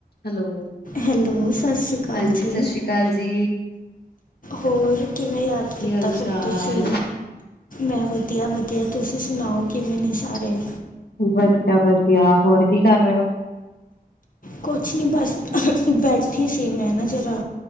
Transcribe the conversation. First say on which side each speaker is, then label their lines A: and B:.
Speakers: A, on the left; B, on the left.
A: ਹੈਲੋ
B: ਹੈਲੋ ਸਤਿ ਸ੍ਰੀ ਅਕਾਲ
A: ਹਾਂਜੀ
B: ਜੀ
A: ਸਤਿ ਸ਼੍ਰੀ ਅਕਾਲ ਜੀ
B: ਹੋਰ ਕਿਵੇਂ ਯਾਦ
A: ਕੀ
B: ਕੀਤਾ
A: ਹਾਲ
B: ਫਿਰ
A: ਚਾਲ
B: ਤੁਸੀਂ ਵਧੀਆ। ਤੁਸੀਂ ਸੁਣਾਓ ਕਿਵੇਂ ਨੇਂ? ਸਾਰੇ!
A: ਵਧੀਆ ਵਧੀਆ ਹੋਰ ਕੀ ਕਰ ਰਹੇ ਹੋ
B: ਕੁਛ ਨੀ ਬਸ ਬੈਠੀ ਸੀ ਮੈਂ ਨਾ ਜਰਾ